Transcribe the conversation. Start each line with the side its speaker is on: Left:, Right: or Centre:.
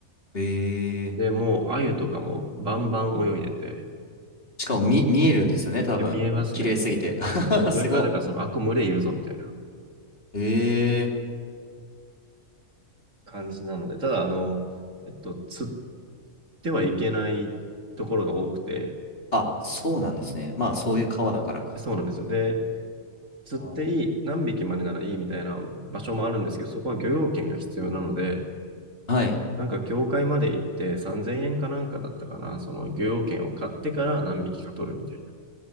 Left: ええ。
Right: で、もう、鮎とかもバンバン泳いでて、
Left: しかも、み、見えるんですよね、多分。
Right: いや見えますね、
Left: 綺麗すぎて。
Right: もう。そう上から、
Left: <laughs> すごっ。
Right: だからその、あ、これ群れいるぞ、みたいな
Left: ええ。
Right: 感じなので、ただ、あの、えっと、釣ってはいけないところが多くて、
Left: あ、そうなんですね。まあ、そういう川だからか。
Right: そうでそうなんですよ。で、釣っていい、
Left: うん
Right: 何匹までならいいみたいな場所もあるんですけど、そこは漁業権が必要なので、
Left: はい。
Right: なんか協会まで行って3000円かなんかだったかな、その漁業権を買ってから何匹か取るみたいな。